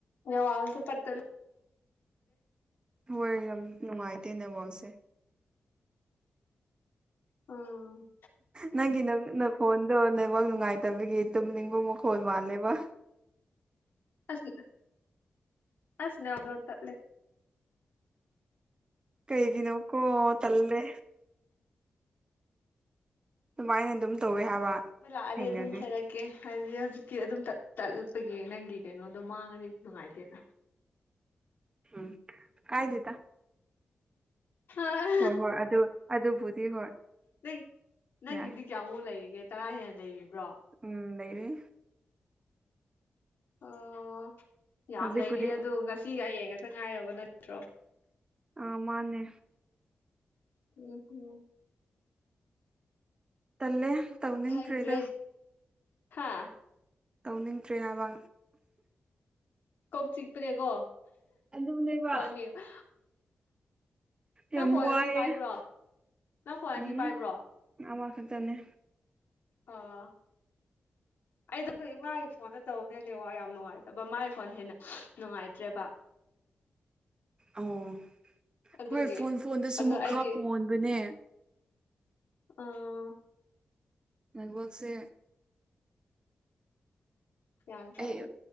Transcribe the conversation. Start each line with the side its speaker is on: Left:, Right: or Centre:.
Left: ꯅ ꯋꯥꯜꯁ ꯄꯠꯇꯦ
Right: ꯍꯣꯏ ꯌꯥꯝ ꯅꯨꯡꯉꯥꯏꯇꯦ ꯅꯋꯥꯡꯁꯦ
Left: ꯎꯝ
Right: ꯅꯪꯒꯤ ꯅꯪ ꯅꯈꯣꯟꯗꯣ ꯅꯕꯥꯛ ꯅꯨꯡꯉꯥꯏꯇꯕꯒꯤ ꯇꯨꯝꯅꯤꯡꯕ ꯃꯈꯣꯟꯜ ꯃꯥꯜꯂꯦꯕ
Left: ꯑꯁꯅꯦ ꯑꯁꯅꯦ ꯇꯂꯦ
Right: ꯀꯩꯒꯤ ꯅꯣ ꯀꯣ ꯇꯜꯗꯦ ꯑꯗꯨꯃꯥꯏꯅ ꯑꯗꯨꯝ ꯇꯧꯋꯦ ꯍꯥꯏꯕ
Left: ꯑꯃ ꯂꯥꯛꯑꯗꯤ
Right: ꯊꯦꯡꯅꯗꯦ
Left: ꯑꯗꯨꯝ ꯍꯥꯏꯔꯛꯀꯦ ꯑꯣ ꯀꯦ ꯍꯥꯏꯗꯤ ꯍꯧꯖꯤꯛꯇꯤ ꯑꯗꯨꯝ ꯇꯥꯠꯄꯒꯤ ꯅꯪꯒꯤ ꯀꯩꯅꯣꯗꯣ ꯃꯥꯡꯉꯗꯤ ꯅꯨꯡꯉꯥꯏꯇꯦꯅ
Right: ꯎꯝ ꯀꯥꯏ ꯗꯇꯥ
Left: ꯍꯥ
Right: ꯍꯣꯏ ꯍꯣꯏ ꯑꯗꯨ ꯑꯗꯨꯕꯨꯗꯤ ꯍꯣꯏ
Left: ꯅ ꯅꯪꯒꯤꯗꯤ
Right: ꯌꯥꯏ
Left: ꯀꯌꯥꯃꯨꯛ ꯂꯩꯔꯤꯒꯦ ꯇꯔꯥ ꯍꯦꯟꯅ ꯂꯩꯔꯤꯕ꯭ꯔꯣ
Right: ꯎꯝ ꯂꯩꯩꯔꯤ
Left: ꯑꯣ ꯌꯥꯝ
Right: ꯍꯧꯖꯤꯛꯄꯨꯗꯤ
Left: ꯂꯩꯔꯤ ꯑꯗ ꯉꯁꯤꯒ ꯍꯌꯦꯡ ꯉꯇ ꯉꯥꯏꯔꯕ ꯅꯠꯇ꯭ꯔꯣ
Right: ꯑ ꯃꯥꯅꯦ
Left: ꯍ ꯍ
Right: ꯇꯜꯂꯦ ꯇꯧꯅꯤꯡꯗ꯭ꯔꯦꯗ
Left: ꯈꯪꯗ꯭ꯔꯦ ꯍꯥ
Right: ꯇꯧꯅꯤꯡꯗ꯭ꯔꯦ ꯍꯥꯏꯕ
Left: ꯀꯣꯛ ꯆꯤꯛꯄꯅꯦꯀꯣ
Right: ꯑꯗꯨꯅꯦꯕ
Left: ꯐꯣꯟ ꯌꯦꯡꯕ ꯅꯪ
Right: ꯌꯥꯝ
Left: ꯐꯣꯟꯅꯅꯤ
Right: ꯋꯥꯏꯌꯦ
Left: ꯄꯥꯏꯕ꯭ꯔꯣ ꯅꯪ ꯐꯣꯟꯅꯤ
Right: ꯎꯝ
Left: ꯄꯥꯏꯕ꯭ꯔꯣ
Right: ꯑꯃꯈꯛꯇꯅꯦ
Left: ꯑ ꯑꯩ ꯑꯗꯨꯝ ꯏꯃꯥꯒꯤ ꯐꯣꯟꯗ ꯇꯧꯕꯅꯦꯅꯦ ꯋꯥ ꯌꯥꯝ ꯅꯨꯡꯉꯥꯏꯇꯕ ꯃꯥꯒꯤ ꯐꯣꯟ ꯍꯦꯟꯅ ꯅꯨꯡꯉꯥꯏꯇ꯭ꯔꯦꯕ
Right: ꯑꯣ ꯑꯈꯣꯏ
Left: ꯑꯗꯨꯒꯤ
Right: ꯐꯣꯟ ꯐꯣꯟꯗꯁꯨ
Left: ꯑꯗꯣ
Right: ꯃꯈꯥ
Left: ꯑꯩꯒꯤ
Right: ꯄꯣꯟꯕꯅꯦ
Left: ꯑꯥ
Right: ꯅꯦꯛꯕꯛꯁꯦ
Left: ꯒ꯭ꯌꯥꯟ ꯇꯥꯗꯦ
Right: ꯑꯩ